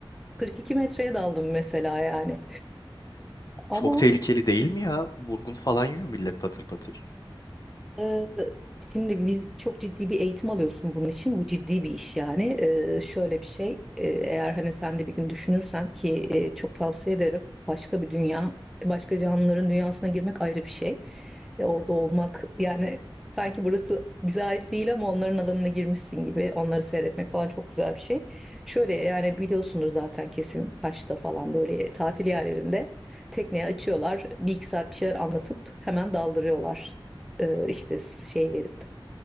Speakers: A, in the centre; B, on the left.
A: 42 metreye daldım mesela yani. Ama
B: Çok tehlikeli değil mi ya? Vurgun falan yiyor millet patır patır.
A: Ee, Şimdi biz çok ciddi bir eğitim alıyorsun bunun için. Bu ciddi bir iş yani. Ee, şöyle bir şey. e, eğer hani sen de bir gün düşünürsen ki e, çok tavsiye ederim. Başka bir dünya, başka canlıların dünyasına girmek ayrı bir şey. E, orada olmak yani sanki burası bize ait değil ama onların alanına girmişsin gibi. Onları seyretmek falan çok güzel bir şey. Şöyle yani biliyorsundur zaten kesin Kaş'ta falan böyle tatil yerlerinde tekneye açıyorlar. Bir iki saat bir şeyler anlatıp hemen daldırıyorlar e, işte şey verip